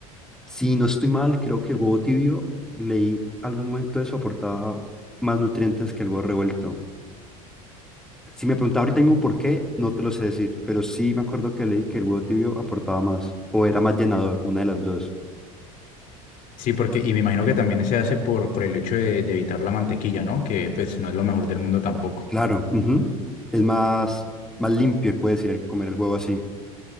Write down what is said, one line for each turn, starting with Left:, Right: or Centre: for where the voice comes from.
Centre: Si no estoy mal, creo que el huevo tibio, leí algún momento eso aportaba más nutrientes que el huevo revuelto. Si me preguntas ahorita mismo por qué, no te lo sé decir, pero sí me acuerdo que leí que el huevo tibio aportaba más o era más llenador, una de las dos.
Left: Sí, porque, y me imagino que también se hace por, por el hecho de, de evitar la mantequilla, ¿no? Que pues no es lo mejor del mundo tampoco.
Centre: Claro, ujú. Es más, más limpio, puedes decir, el comer el huevo así.